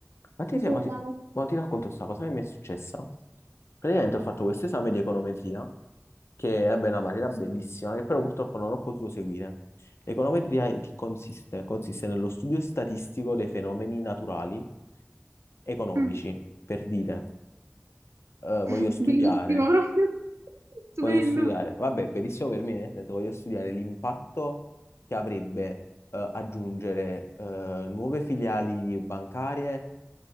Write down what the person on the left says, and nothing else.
Infatti,
se-
ma ti, ma ti racconto sta cosa che mi è successa. Praticamente ho fatto questo esame di econometria, che è vabbè, una materia bellissima, che però purtroppo non ho potuto seguire. L'econometria in che consiste? Consiste nello studio statistico dei fenomeni naturali economici,
per dire, eh,
voglio Mm. studiare
Voglio studiare, vabbè, benissimo per me, nel senso voglio studiare l'impatto che avrebbe eh, aggiungere eh, nuove filiali bancarie